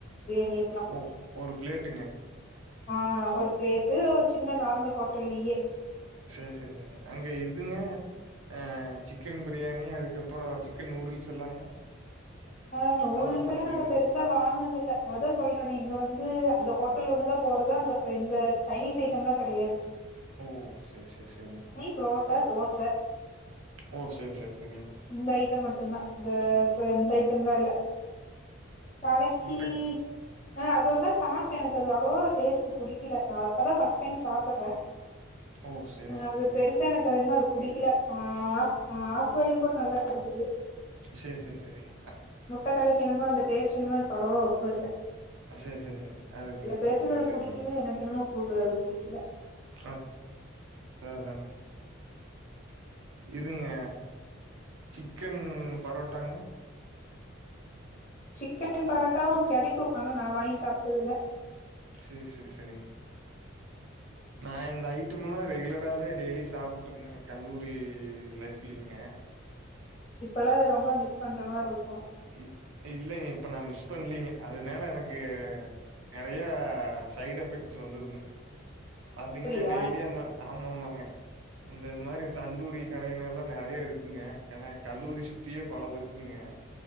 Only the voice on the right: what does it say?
ஓ! ஒரு பிளேட்டுங்க
சேரி சேரி சேரி அங்க இதுங்க அஹ் சிக்கன் பிரியாணி அதுக்கப்புறோ சிக்கன் நூடுல்ஸ் எல்லாங்க
அதெல்லாம் சாப்பிடுவீங்களா?
ஓ செரி செரி செரிங்க
ஓ செரி செரி செரிங்க
முட்டை
ஓ! சரி, சரி,
சரி.
செரி செரி செரிங்க
செரி செரி செரிங்க அதுக்கு
செரி
செரிங்க
ஆ ஆ அதுதான் இவங்க சிக்கன் பரோட்டாங்க
செரி செரி செரிங்க நான் இந்த ஐட்டம் எல்லா ரெகுல ராவே டெய்லி சாப்பிட்டு இருந்தேங்க கல்லூரி லைஃப்லீங்க
இ இல்லைங்க இப்ப நான் மிஸ் பண்லீங்க அதனால எனக்கு நிறைய சைடு் எஃபெக்ட்ஸ் வந்ததுங்க பாத்தீங்கன்னா
டெய்லி அந்த ஆமா ஆமா க அந்த மாரி தந்தூரி கடைங்க எல்லா நிறைய இருக்குங்க ஏன்னா கல்லூரி சுத்தியோ பலது இருக்குங்க